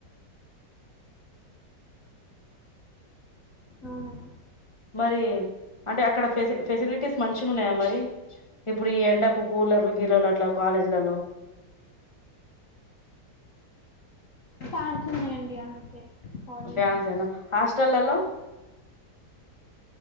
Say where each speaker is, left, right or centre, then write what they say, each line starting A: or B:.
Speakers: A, on the left; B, on the left.
A: అవునండి
B: మరి అంటే అక్కడ పేసి ఫెసిలిటీస్ మంచి ఉన్నాయా మరి ఇప్పుడు ఈ ఎండకు కూలర్లు గిలర్లు అట్లా కాలేజీలలో
A: ఫ్యాన్స్ ఉన్నాయండి అంతే కాలేజ్
B: ఫ్యాన్స్
A: లో
B: హేన హస్ట్ స్టల్లలో